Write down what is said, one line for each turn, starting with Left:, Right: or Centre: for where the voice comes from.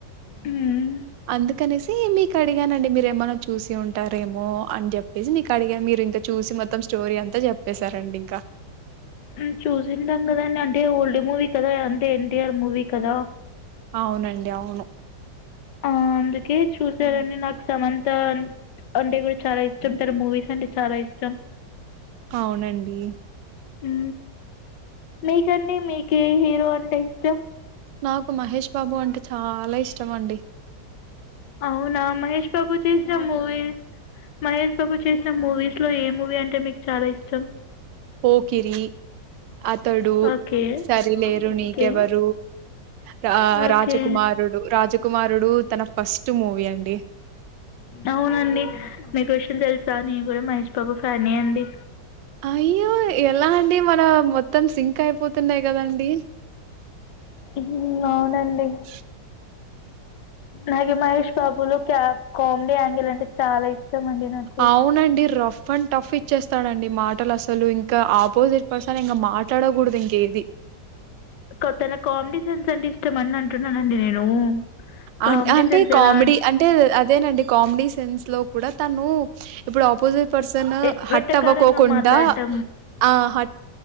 Left: మ్మ్
Right: అందుకనేసీ మీకు అడిగానండి మీరేమన్న చూసి ఉంటారేమో అని జేప్పేసి మీకు అడిగా మీరు ఇంక చూసి మొత్తం స్టోరీ అంతా చెప్పేశారండి ఇంకా
Left: ఉమ్ చూసింటాం గదండి అంటే ఓల్డ్ మూవీ కదా అంటే ఎన్టీఆర్ మూవీ కదా
Right: అవునండి అవును
Left: ఆ అందుకే చూసారండి నాక్ సమంత్ తాన్ అంటే కూడ చాలా ఇష్టం తన మూవీస్ అంటే చాలా ఇష్టం
Right: అవునండి
Left: ఊ మీకండి మీకే హీరో అంటే ఇష్టం
Right: నాకు మహేష్ బాబు అంటే చాలా ఇష్టం అండి
Left: అవునా మహేష్ బాబు చేసిన మూవీ మహేష్ బాబు చేసిన మూవీస్ లో ఏ మూవీ అంటే మీకు చాలా ఇష్టం
Right: పోకిరీ అతడూ
Left: ఓకే
Right: సరిలేరు నీకెవరు
Left: ఓకే
Right: రా
Left: ఓకే
Right: రాజకుమారుడు రాజకుమారుడూ తన ఫస్ట్ మూవీ అండి
Left: అవునండి నీకు ఒ విషయం తెల్సా నేన్ కూడా మహేష్ బాబు ఫ్యానే అండి
Right: అయ్యో ఎలా అండి మనా మొత్తం సింక్ అయిపోతున్నాయి కదండి
Left: ఊ అవునండి
Right: చ్
Left: నాకి మహేష్ బాబులో క్యాబ్ కామెడీ యాంగిల్ అంటే చాలా ఇష్టం అండి నాకు
Right: అవునండి రఫ్ అండ్ టఫ్ ఇ ఇచేస్తాడండి మాటలు అసలు ఇంకా ఆపోజిట్ పర్సన్ ఇంగ మాట్లాడకూడదు ఇంకేది
Left: కొత్తగా కామెడీ సీన్స్ అంటే ఇష్టం అన్ అంటున్నానండి నేను కామెడీ
Right: అన్ అంటే
Left: సెన్స్
Right: కామెడీ
Left: ఎలా
Right: అంటే అదేనండి కామెడీ సీన్స్ లో కూడా తను ఇప్పుడు ఆపోజిట్ పర్సన్
Left: ఎ
Right: హట్
Left: వెటకారంగా
Right: అవ్వకోకుండా
Left: మాట్లాడడం
Right: ఆ హట్